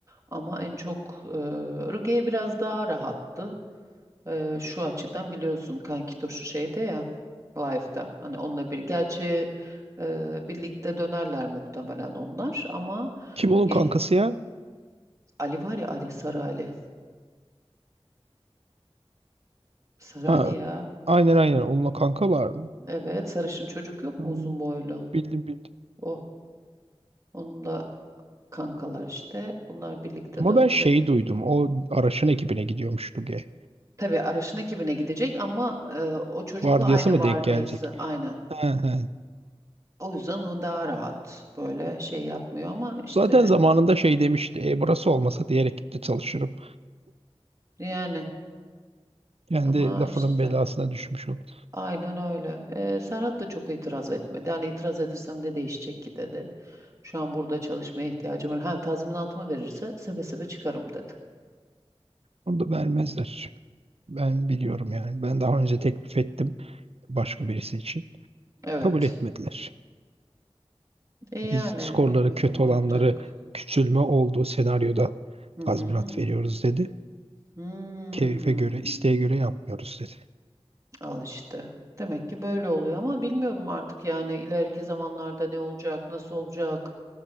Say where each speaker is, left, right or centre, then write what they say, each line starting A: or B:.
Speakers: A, on the right; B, on the right.
A: Ama en çok e, Ruge biraz daha rahattı. E, şu açıdan biliyorsun Kankitoşu şeyde ya live'da. Hani onunla bir gerçi e, birlikte dönerler muhtemelen onlar ama
B: kim onun
A: e,
B: kankası ya?
A: Ali var ya Ali Sarı Ali. Sarı
B: Ha,
A: Ali ya.
B: aynen aynen onunla kankalar mı?
A: Evet sarışın çocuk yok
B: Hmm,
A: mu uzun boylu?
B: bildim bildim.
A: Oh onunla kankalar işte. Onlar birlikte
B: Ama
A: dönecek.
B: ben şey duydum. O Araş'ın ekibine gidiyormuş Duge.
A: Tabii Araş'ın ekibine gidecek ama e, o çocukla
B: Vardiyası
A: aynı
B: mı
A: vardiyası
B: denk gelecek?
A: aynen.
B: He he.
A: O yüzden o daha rahat böyle şey yapmıyor ama işte
B: Zaten zamanında şey demişti. E, burası olmasa diğer ekipte çalışırım.
A: yani
B: Kendi
A: ama
B: lafının
A: işte
B: belasına düşmüş olur.
A: aynen öyle. E, Serhat da çok itiraz etmedi. Hani itiraz edersem ne değişecek ki dedi. Şu an burada çalışmaya ihtiyacım var. Ha tazminatımı verirse sebe sebe çıkarım dedi.
B: Onu da vermezler. Ben biliyorum yani. Ben daha önce teklif ettim başka birisi için.
A: Evet.
B: Kabul etmediler.
A: E yani
B: Biz skorları
A: bilmiyorum
B: kötü
A: artık.
B: olanları küçülme olduğu senaryoda
A: Hı
B: tazminat
A: hı.
B: veriyoruz dedi.
A: Hmm.
B: Keyfe göre, isteğe göre yapmıyoruz dedi.
A: Al işte. Demek ki böyle oluyor ama bilmiyorum artık yani ileriki zamanlarda ne olacak, nasıl olacak,